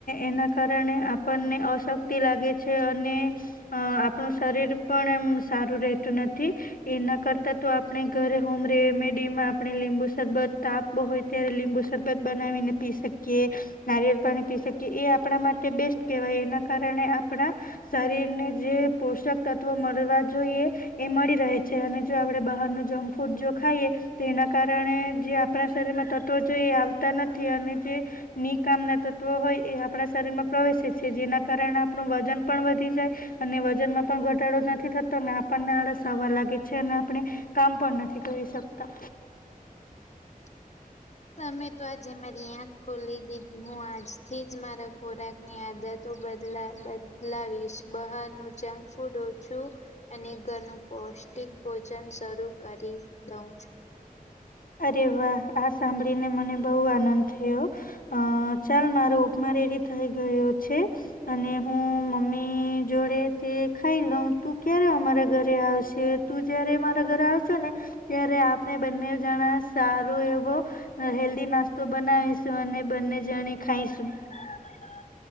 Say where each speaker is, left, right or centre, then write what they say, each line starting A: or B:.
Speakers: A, on the left; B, on the left.
A: એના કારણે આપણને અશક્તિ લાગે છે, અને આપણું શરીર પણ એમ સારું રહેતું નથી. એના કરતા તો આપણે ઘરે હોમ રેમેડી માં આપણે લીંબુ શરબત તાપ હોય. કયારે લીંબુ શરબત બનાવીને પી શકીએ નારિયેળ પાણી પી શકીએ એ આપણા માટે બેસ્ટ કહેવાય. એના કારણે આપણા શરીર ને જે પોષક તત્વો મળવા જોઈએ. એ મળી રહે છે, અને જો આપડે બહારનું જંક ફૂડ જો ખાઈએ તો એના કારણે જે આપણા શરીર તત્વો જોઈએ આવતા નથી, અને જે નિકામ ના તત્વો હોય એ આપણા શરીર માં પ્રવેેશ છે. જેના કારણે આપણું વજન પણ વધી જાય, અને વજનમાં પણ ઘટાડો નથી થતો આપ. પણ આળસ હવા લાગે છે, અને આપણે કામ પણ નથી કરી શકતા.
B: <unintelligible> <inaudible> તમે તો આજે મારી આંખો ખોલી દીધી હું આજથી જ મારા ખોરાક ની આદતો બદલા બદલાવીશ બહાર નું જંક ફૂડ ઓછું અને ઘરનું પોષણ. એક ભોજન શરૂ કરી દઉં છું.
A: અરે વાહ આ સાંભળીને મને બહુ આનંદ થયો ચાલ મારો ઉપર વેરી થઈ ગયું છે, અને હું મમ્મી જોડે તે ખાઈ લઉં તું, તું ક્યારે અમારા ઘરે આવશે તું જયારે મારા ઘરે આવશે ને ત્યારે આપણે બંને. જણા સારું એવો હેલ્ધી નાસ્તો બનાવીશું અને બંને જણે ખાઈશું.
B: <unintelligible> <inaudible>